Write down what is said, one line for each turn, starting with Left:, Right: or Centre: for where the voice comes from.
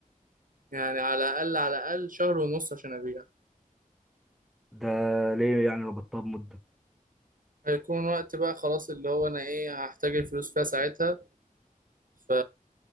Right: يعني على الاقل على الاقل شهر ونص عشان ابيع
Centre: ده ليه يعني ربطتها بمدة
Right: هيكون وقت بقى خلاص اللي هو انا ايه هحتاج الفلوس فيها ساعتها ف